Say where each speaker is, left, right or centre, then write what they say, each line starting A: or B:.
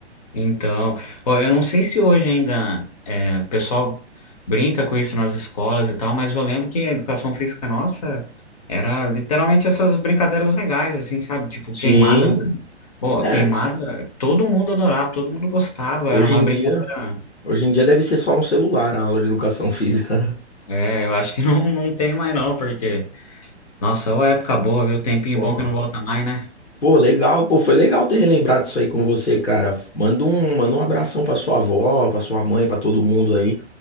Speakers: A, on the left; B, on the left.
A: Então, ó, eu não sei se hoje ainda é, o pessoal brinca com isso nas escolas e tal, mas eu lembro que a educação física nossa era literalmente essas brincadeiras legais, assim, sabe? Tipo
B: Sim.
A: queimada. Pô,
B: né
A: queimada, todo mundo adorava, todo mundo gostava.
B: hoje
A: Era uma
B: em
A: brincadeira.
B: dia, hoje em dia deve ser só no celular a aula de educação física. <laughs>
A: É, eu acho que <laughs> não, não tem mais não, porque... Nossa, ô época boa, viu? Tempinho
B: Pô,
A: bom que não volta mais, né?
B: Pô, legal, pô, foi legal ter relembrado isso aí com você, cara. Manda um, manda um abração pra sua avó, pra sua mãe, pra todo mundo aí.